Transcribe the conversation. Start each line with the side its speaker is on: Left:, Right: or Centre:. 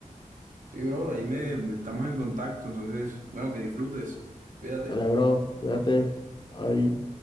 Right: Sí, bro, ahí me me- estamos en contacto, entonces, bueno, que disfrutes. Cuídate.
Left: Dale, bro, cuídate. Ay.